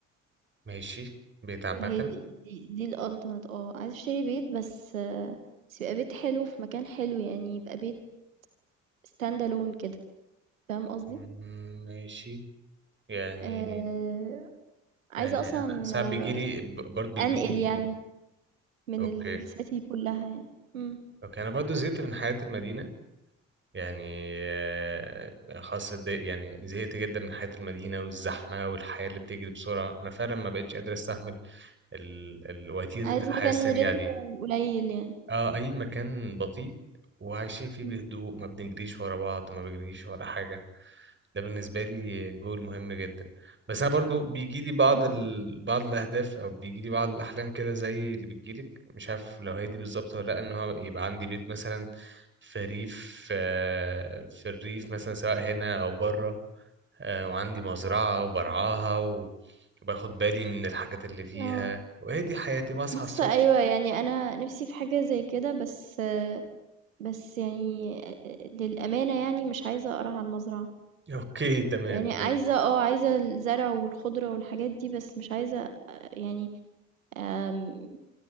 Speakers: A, on the right; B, on the right.
A: ماشي بيت عامة
B: هي دي دي, دي ال ultimate اه عايزة أشتري بيت بس آه، بس يبقى بيت حلو في مكان حلو يعني يبقى بيت stand alone كده فاهم قصدي؟
A: مم، ماشي يعني
B: آه، عايزة
A: يعني
B: أصلًا
A: انا ساعات
B: آآ
A: بيجيلي ب- برضه بيجيلي
B: أنقل يعني من
A: اوكي
B: الcity كلّها يعني، إمم،
A: اوكي انا برضه زهقت من حياة المدينة يعني آه، خلاص اتضايق- يعني زهقت جدا من حياة المدينة والزحمة والحياة اللي بتجري بسرعة أنا فعلا ما بقتش قادر أستحمل ال... ال... وتيرة
B: عايزة
A: الحياة
B: مكان
A: السريعة
B: رتمه
A: دي
B: قليل يعني،
A: اه أي مكان بطيء وعايشين فيه بهدوء
B: إمم،
A: ما بنجريش ورا بعض ما بنجريش ورا حاجة ده بالنسبة لي جول مهم جدا بس أنا برضو بيجي لي بعض
B: إمم،
A: ال... بعض الأهداف أو بيجي لي بعض الأحلام كده زي اللي بتجيلك مش عارف لو هي دي بالظبط ولا لأ إن هو يبقى عندي بيت مثلا في ريف آه، في الريف مثلا سواء هنا أو بره آه، وعندي مزرعة وبرعاها و- وباخد بالي من الحاجات اللي فيها
B: آه،
A: وهي دي حياتي بصحى
B: بُص
A: الصبح
B: أيوه يعني أنا نِفْسي في حاجة زي كده بس آه، بس يعني آه، للأمانة يعني مش عايزة أقرع على المزرعة،
A: أوكي تمام
B: يعني عايزة
A: ماشي
B: آه، عايزة الزرع والخضرة والحاجات دي بس مش عايزة آه، يعني آمم،